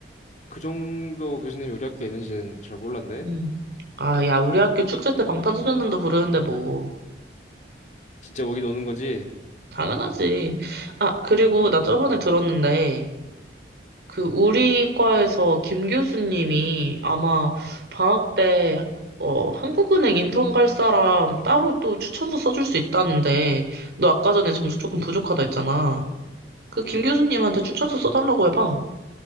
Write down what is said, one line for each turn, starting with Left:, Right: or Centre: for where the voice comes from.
Left: 그 정도 교수님이 우리 학교에 있는지는 잘 몰랐네.
Right: 음. 아, 야, 우리 학교 축제 때 방탄소년단도 부르는데 뭐
Left: 진짜 오긴 오는 거지?
Right: 당연하지. 아, 그리고
Left: 음.
Right: 나 저번에 들었는데 그 우리 과에서 김 교수님이 아마 방학 때 어, 한국은행 인턴 갈 사람 따로 또 추천서 써줄 수 있다는데 너 아까 전에 점수 조금 부족하다 했잖아. 그
Left: 응.
Right: 김 교수님한테 추천서 써달라고 해봐.